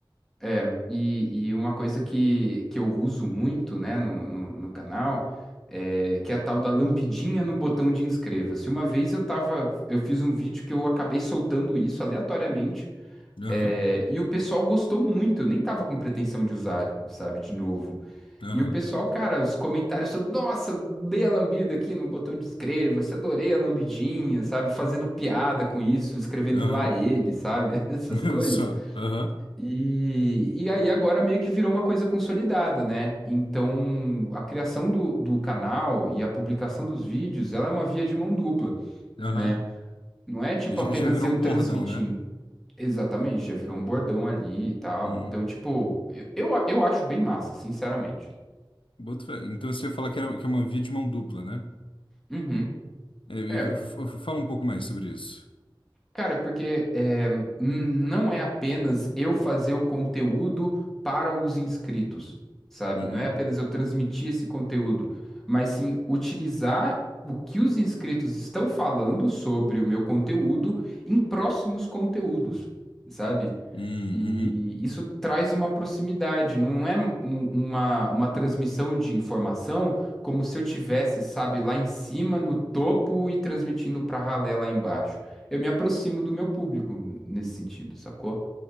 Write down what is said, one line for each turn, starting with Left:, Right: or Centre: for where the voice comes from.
Centre: É, e, e uma coisa que, que eu uso muito, né, no, no, no canal, é, que é a tal da lambidinha no botão de inscreva-se. Uma vez eu tava, eu fiz um vídeo que eu acabei soltando isso aleatoriamente,
Left: Aham,
Centre: É, e o pessoal gostou muito, eu nem tava com pretensão de usar, sabe, de novo.
Left: aham,
Centre: E o pessoal, cara, os comentários todos, nossa, dei a lambida aqui no botão de inscreva-se, adorei a lambidinha, sabe, fazendo piada com isso, escrevendo
Left: aham.
Centre: lá ele, sabe, <laughs> essas
Left: <laughs>
Centre: coisas.
Left: Só, aham,
Centre: E, e aí agora meio que virou uma coisa consolidada, né? Então a criação do, do canal e a publicação dos vídeos, ela é uma via de mão dupla,
Left: aham.
Centre: né? Não é tipo
Left: Já
Centre: apenas
Left: já virou
Centre: eu
Left: um
Centre: transmitindo.
Left: bordão, né?
Centre: Exatamente, já virou um bordão ali e tal.
Left: Uhum.
Centre: Então, tipo, eu, eu, a- eu acho bem massa, sinceramente.
Left: Boto fé. Então você ia falar que, era, que é uma via de mão dupla, né?
Centre: Uhum.
Left: É, e
Centre: É,
Left: f- f- fala um pouco mais sobre isso.
Centre: cara, é porque é, n- não é apenas eu fazer o conteúdo para os inscritos, sabe?
Left: Uhum.
Centre: Não é apenas eu transmitir esse conteúdo, mas sim utilizar o que os inscritos estão falando sobre o meu conteúdo em próximos conteúdos, sabe?
Left: Hum,
Centre: E
Left: uhum.
Centre: isso traz uma proximidade, não é um- uma, uma transmissão de informação como se eu tivesse, sabe, lá em cima, no topo e transmitindo para ralé lá embaixo. Eu me aproximo do meu público nesse sentido, sacou?